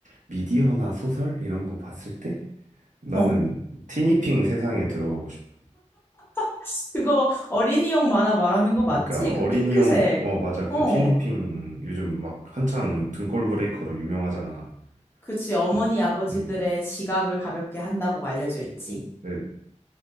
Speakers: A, on the right; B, on the left.
A: 미디어나 소설 이런 거 봤을 때? 나는
B: 어.
A: 티니핑 세상에 들어가고 싶어.
B: <laughs> 그거 어린이용 만화 말하는 거
A: 그러니까
B: 맞지?
A: 어린이용
B: 그 핑크색.
A: 어 맞아 그
B: 어.
A: 티니핑 요즘 막 한창 등골 브레이커로 유명하잖아.
B: 그치. 어머니
A: 네.
B: 아버지들의
A: 음.
B: 지갑을 가볍게 한다고 알려져 있지.
A: 근데